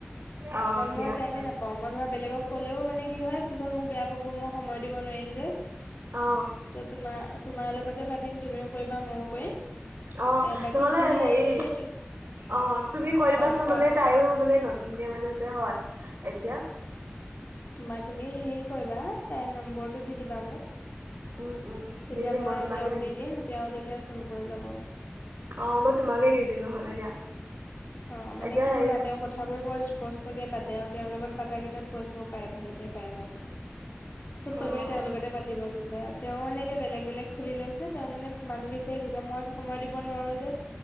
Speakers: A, on the right (about 65°); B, on the left (about 55°).
A: অ'
B: কাৰণ
A: দিয়া
B: মই টাইমে
A: নহ'লে।
B: নাপাও মই ধৰ বেলেগক ক'লেও মানে- মে কি হয় পিছত মোক বেয়া পাব মই সময় দিব নোৱাৰিম যে,
A: অ'
B: ত তোমাৰ তোমাৰ লগতে পাতিম তুমিও কৰিবা মইও কৰিম।
A: অ
B: এ বাকী
A: নহ'লে
B: তুমি সেই
A: হেৰি
B: সেইটো
A: অ তুমি কৈ দিবাচোন
B: অ কোৱা
A: মানে
B: অ
A: তাইও মানে ন কে মানে যে হয় এতিয়া <unintelligible>
B: তোমাৰ তুমি হেৰি কৰিবা তাই নম্বৰটো দি দিবা মোক।
A: উম, উম, দি
B: তেতিয়া
A: দিম
B: মই
A: তোমাকে
B: তেওঁক দি দিম তেওঁ তেতিয়া ফোন কৰি ল'ব
A: অ মই তোমাকে দি দিম নহ'লে দিয়া।
B: অ মানে
A: এতিয়া
B: কি
A: হেৰি
B: জানা তেওঁ কথাবোৰ বৰ স্পষ্ট ষ্টকে পাতে আৰু তেওঁৰ লগত পাতা কেইটাত পইচাও পায় ভালকে পায় মানে। ত চবেই
A: অ', অ',
B: তেওঁলোকতে পাতিব বিচাৰে আৰু। <unintelligible> তেওঁ মানে এতিয়া বেলেগ বেলেগ খুলি লৈছে তেওঁ মানে মানুহ বিচাৰি ফূৰিছে মই সময় দিব নোৱাৰো যে,